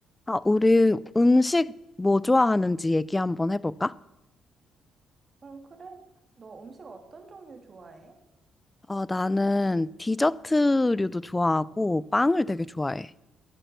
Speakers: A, on the left; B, on the right.
A: 아, 우리 음식 뭐 좋아하는지 얘기 한번 해볼까?
B: 응, 그래? 너 음식 어떤 종류 좋아해?
A: 어, 나는 디저트류도 좋아하고 빵을 되게 좋아해.